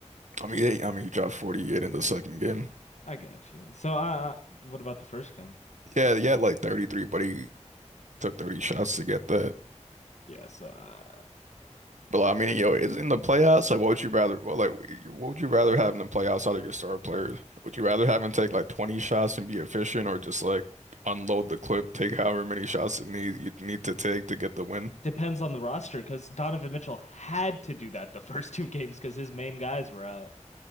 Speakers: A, on the right; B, on the left.
A: I mean, he, I mean, he dropped 48 in the second game.
B: I got you. So, uh, uh, what about the first game?
A: Yeah, he had like 33, but he took 30 shots to get that.
B: Yes, uh,
A: But like, I mean, yo, it's in the playoffs. Like, what would you rather? Well, like, what would you rather have in the playoffs out of your star players? Would you rather have him take like 20 shots and be efficient, or just like unload the clip, take however many shots it need you need to take to get the win?
B: depends on the roster because Donovan Mitchell had to do that the <laughs> first two games because his main guys were out.